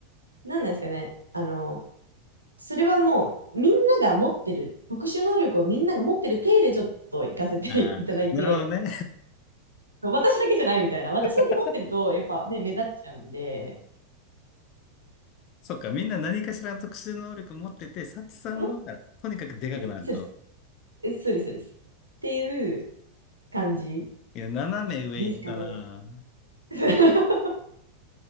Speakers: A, on the right (about 80°); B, on the left (about 40°).
A: なんなんですかね。あの、それはもう、みんなが持ってる、特殊能力をみんなが持ってる体でちょっと行かせて
B: ああ、
A: <laughs> いただいて、
B: なるほどね。
A: 私だけじゃないみたいな。私だけ持ってると、
B: <laughs>
A: やっぱね、目立っちゃうんで、
B: そっか、みんな何かしらの特殊能力持ってて、サチさんはとにかくでかくなると。
A: 持ってる、そうです、えそうです、そうです。っていう感じ
B: いや、斜め上行ったな。
A: ですかね。<laughs>